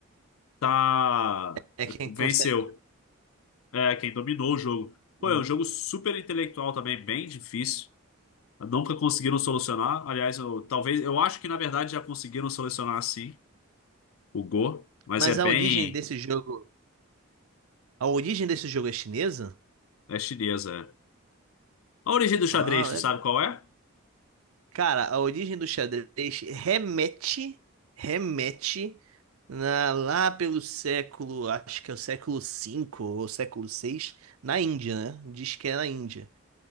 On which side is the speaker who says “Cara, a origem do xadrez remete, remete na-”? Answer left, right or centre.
Right